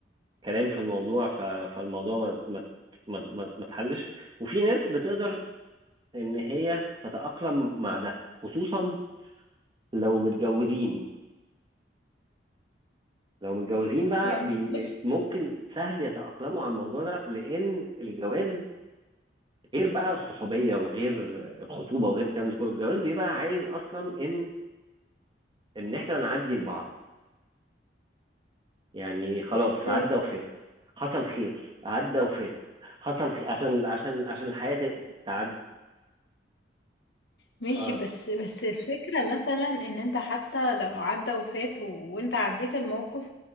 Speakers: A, on the right (about 30°); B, on the left (about 70°).
A: كلام في الموضوع ف- فالموضوع ما ما ما ما ما اتحلش وفي ناس بتقدر ان هي تتأقلم مع ده خصوصا لو متجوزين لو متجوزين بقى
B: يعني
A: بي
B: بص
A: بي ممكن سهل يتأقلموا على الموضوع ده لأن الجواز غير بقى الصحوبية وغير الخطوبة وغير الكلام ده كله الجواز بيبقى عايز أصلا إن إن إحنا نعدي لبعض يعني خلاص
B: آه،
A: عدى وفات حصل خير عدى وفات حصل خير عشان عشان عشان الحياة ت- تعدي
B: ماشي
A: ف
B: بس بس الفكرة مثلا ان انت حتى لو عدى وفات و... وانت عديت الموقف